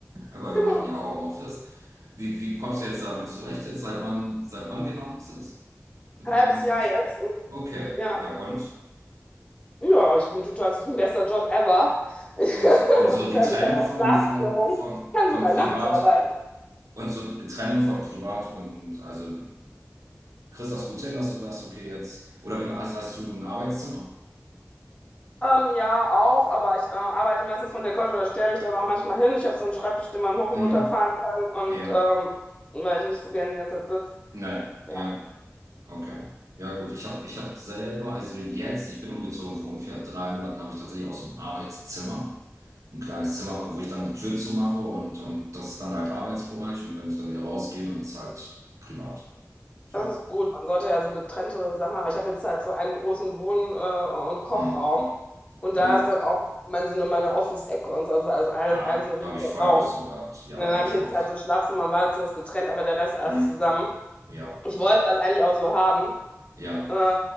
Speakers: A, on the right (about 80°); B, on the left (about 20°).
A: Aber wir
B: Genau.
A: machen ja auch Homeoffice. Wie, wie kommst du jetzt damit zurecht? Jetzt seit wann, seit wann genau machst du das mit
B: Halbes
A: dem Homeoffice?
B: Jahr jetzt. Und
A: Okay,
B: Ja.
A: ja und?
B: Ja, aber ich bin total zufrieden. Bester Job ever. <laughs>
A: Und, so- und so
B: Und
A: die
B: also
A: Trennung
B: ich habe auch
A: von,
B: Schlafstörungen.
A: von, von,
B: Ich kann
A: von
B: sogar
A: Privat
B: nachts arbeiten.
A: und so die Trennung von Privat und also kriegst du das gut hin, dass du sagst, okay, jetzt, oder wie- hast, hast du ein Arbeitszimmer?
B: Ähm, ja, auch, aber ich äh, arbeite meistens von der Couch oder stelle mich dann auch manchmal hin. Ich habe so einen Schreibtisch, den man hoch
A: Mhm.
B: und runter fahren kann und
A: Ja,
B: ähm, weil ich nicht so gerne die ganze Zeit sitze.
A: ne,
B: Ja,
A: ja, okay. Ja gut, ich habe ich hab selber, also jetzt, ich bin umgezogen vor ungefähr drei Monaten, habe ich tatsächlich aus dem Arbeitszimmer ein kleines Zimmer, wo ich dann die Tür zumache und, und das ist dann halt Arbeitsbereich und wenn ich dann wieder rausgehe, dann ist halt privat. So.
B: das ist gut. Man sollte ja so getrennte Sachen haben. Ich habe jetzt halt so einen großen Wohn- äh, und Kochraum
A: Mhm.
B: und
A: Ja,
B: da ist dann auch mein, so eine, meine Office-Ecke und so, also alles, alles
A: ah,
B: ein so ein
A: habe
B: riesiger
A: ich vorher
B: Raum.
A: auch so gehabt. Ja,
B: Und dann
A: habe
B: habe
A: ich
B: ich jetzt
A: vorher auch.
B: halt
A: so.
B: so ein Schlafzimmer und Badezimmer ist getrennt, aber der Rest alles
A: Mhm.
B: zusammen.
A: Ja,
B: Ich wollte das eigentlich auch so haben.
A: ja.
B: Äh,